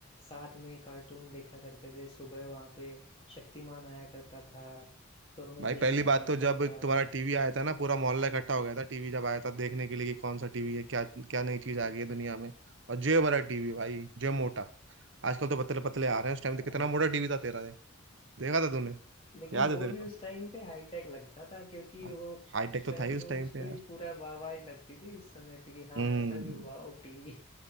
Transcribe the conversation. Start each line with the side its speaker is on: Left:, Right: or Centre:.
Left: साथ में कार्टून देखा करते थे सुबह वहां पे शक्तिमान आया करता था टॉम एंड
Right: भाई
Left: जेरी
Right: पहली
Left: आया
Right: बात
Left: करता
Right: तो जब
Left: था
Right: तुम्हारा टीवी आया था ना पूरा मोहल्ला इकट्ठा हो गया था टीवी जब आया था देखने के लिए कि कौन सा टीवी है क्या क्या नई चीज आ गई है दुनिया में और जे बड़ा टीवी भाई जे मोटा आजकल तो पतले पतले आ रहे हैं उस टाइम
Left: हाँ,
Right: तो कितना मोटा टीवी था तेरा ये देखा था तूने
Left: लेकिन
Right: याद
Left: वो
Right: है तेरे
Left: भी उस
Right: को
Left: टाइम पे हाईटेक लगता था क्योंकि
Right: भाई
Left: वो
Right: हाईटेक
Left: उस
Right: तो
Left: टाइम
Right: था ही
Left: पे
Right: उस
Left: उसको
Right: टाइम पे यार
Left: ही पूरा वाह वाह ही लगती थी उस समय पे कि हाँ
Right: हम्म
Left: ऐसा भी वाह टीवी